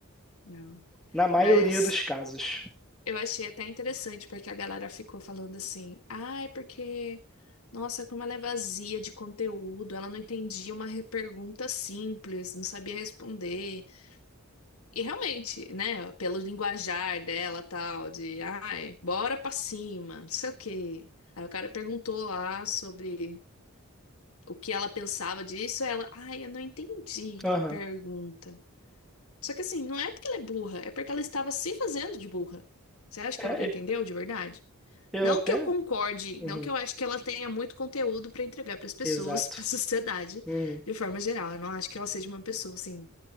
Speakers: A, on the left; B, in the centre.
A: Não.
B: na maioria
A: Mas
B: dos casos.
A: eu achei até interessante, porque a galera ficou falando assim, ai, porque. Nossa, como ela é vazia de conteúdo, ela não entendia uma re- pergunta simples, não sabia responder. E realmente, né, pelo linguajar dela, tal, de, ai, bora pra cima, não sei o quê. Aí o cara perguntou lá sobre o que ela pensava disso, ela, ai, eu não entendi
B: Aham.
A: a pergunta. Só que assim, não é porque ela é burra, é porque ela estava se fazendo de burra. Você acha
B: É,
A: que ela não entendeu
B: e-
A: de verdade?
B: eu
A: Não
B: até.
A: que eu concorde,
B: Uhum,
A: não que eu acho que ela tenha muito conteúdo pra entregar pras pessoas,
B: exato.
A: <laughs> pra sociedade,
B: Uhum.
A: de forma geral. Eu não acho que ela seja uma pessoa assim,